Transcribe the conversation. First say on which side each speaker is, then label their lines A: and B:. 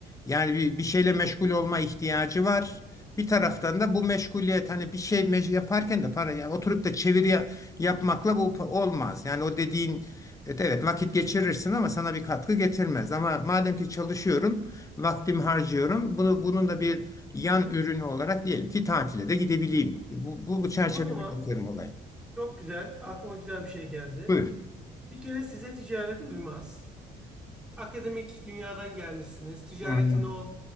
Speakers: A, on the left; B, in the centre.
A: Yani bir, bir şeyle meşgul olma ihtiyacı var. Bir taraftan da bu meşguliyet hani bir şey meş- yaparken de para yani oturup da çeviri ya- yapmakla bu pa- olmaz. Yani o dediğin evet evet, vakit geçirirsin ama sana bir katkı getirmez. Ama madem ki çalışıyorum, vaktimi harcıyorum. Bunu bunun da bir yan ürünü olarak diyelim ki tatile de gidebileyim. Bu bu, bu çerçevede
B: O zaman
A: bakıyorum olaya.
B: çok güzel, aklıma güzel bir şey geldi.
A: Buyur.
B: Bir kere size ticaret uymaz. Akademik dünyadan gelmişsiniz. Ticaretin
A: Hı.
B: o